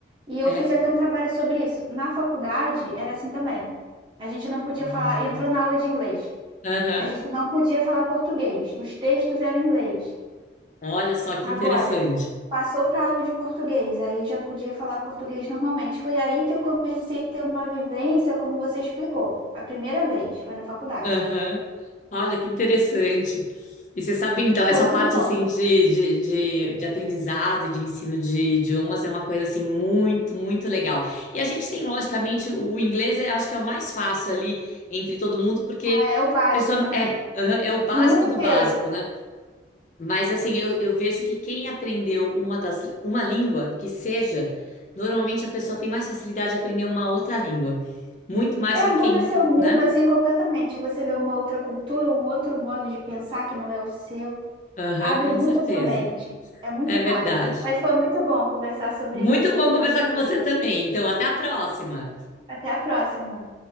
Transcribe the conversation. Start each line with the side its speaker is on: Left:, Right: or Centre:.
Right: E eu
Left: É.
Right: fiz até um trabalho sobre isso. Na faculdade era assim também. A gente não podia
Left: Ai,
Right: falar, entrou na aula de inglês.
Left: aham.
Right: A gente não podia falar português. Os textos eram em inglês.
Left: Olha só que
Right: Agora,
Left: interessante.
Right: passou para aula de português, aí já podia falar português normalmente. Foi aí que eu comecei a ter uma vivência, como você explicou, a primeira vez, foi na faculdade.
Left: Aham. Olha, que interessante. E você sabe, então,
Right: E foi
Left: essa
Right: muito
Left: parte
Right: bom.
Left: assim de, de, de, de aprendizado e de ensino de idiomas é uma coisa assim muito, muito legal. E a gente tem, logicamente, o inglês é, acho que é o mais fácil ali entre todo mundo, porque
Right: Ah,
Left: a
Right: é o básico,
Left: pessoa
Right: né?
Left: é, aham, é o básico
Right: No mundo inteiro.
Left: do básico, né? Mas assim, eu, eu vejo que quem aprendeu uma das, uma língua que seja, normalmente a pessoa tem mais facilidade de aprender uma outra língua, muito mais
Right: É,
Left: do que
Right: muda
Left: quem,
Right: seu mundo
Left: né?
Right: assim completamente. Você vê uma outra cultura, um outro modo de pensar que não é o seu.
Left: Aham,
Right: Abre
Left: com
Right: muito
Left: certeza.
Right: a sua mente. É muito
Left: É verdade.
Right: válido. Mas foi muito bom conversar sobre
Left: Muito
Right: esse assunto
Left: bom
Right: com
Left: conversar
Right: você.
Left: com você também. Então, até a próxima.
Right: Até a próxima.